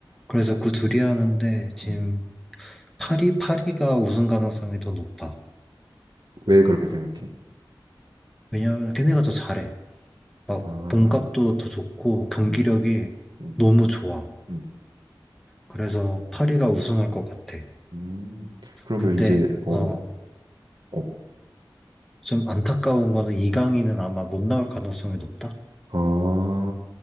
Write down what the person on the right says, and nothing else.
음.
왜 그렇게 생각해?
아,
음, 음,
음,
음. 그러면
이제 어,
어, 어.
아,